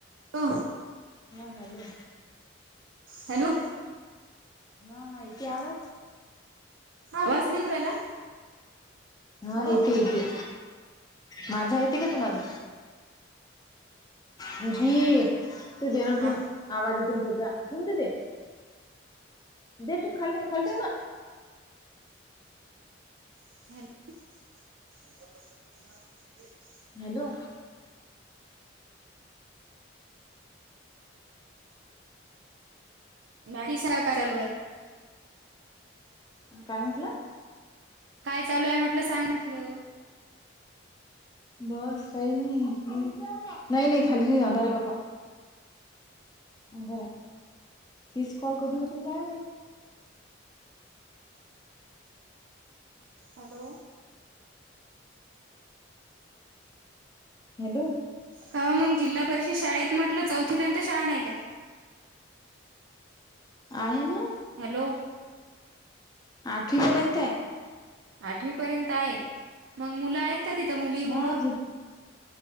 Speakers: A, on the right; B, on the left.
A: <unintelligible>
B: हा hello.
A: Hello.
B: हा हा. येतय आवाज?
A: हा आवाज येवू नाही राहिला.
B: हां.
A: हॅलो
B: येते येते. माझा येते का, तुम्हाला <unintelligible> ते बेणं ठेव
A: हा
B: आवाज येतोय ना तिचा ठेवून दे ते. देटून खाल ठेव खाल ठेव ना.
A: Hello, <unintelligible>
B: hello.
A: <unintelligible> का चालू आहे.
B: आ काय म्हटलं?
A: काय चालू आहे म्हटलं सांग म्हटलं.
B: बस काही नाही नाही नाही खाली नाही अंधार रे बापा. म बरं आहे, तीस कॉल कधी होतीन काय माहित.
A: हॅलो.
B: हॅलो.
A: काव मंग जिल्हा परिषद शाळेत म्हटलं चौथीपर्यंत शाळा नाही काय?
B: आहे ना!
A: हॅलो.
B: आठवी पर्यंत आहे.
A: आठवी पर्यंत आहे, मंग मुलं आहेत का तिथं मुली-मुलं?
B: हा जी